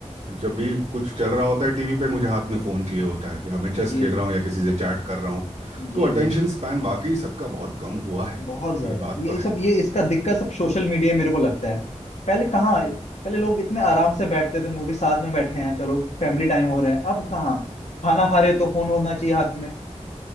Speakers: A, on the right; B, on the left.
A: जब भी कुछ चल रहा होता है टीवी पे मुझे हाथ में फ़ोन चाहिए होता है या मैं चेस
B: जी
A: खेल रहा हूँ या किसी से चैट कर रहा हूँ
B: जी
A: तो अटेंशन
B: जी
A: स्पैन वाकई सबका बहुत कम हुआ है
B: बहुत ज्यादा
A: ये बात
B: ये
A: तो है
B: सब ये इसका दिक्कत सब सोशल मीडिया मेरे को लगता है पहले कहाँ पहले लोग इतने आराम से बैठते थे मूवी साथ में बैठे हैं चलो फैमिली टाइम हो रहा है अब कहाँ खाना खा रहे हो तो फोन होना चाहिए हाथ में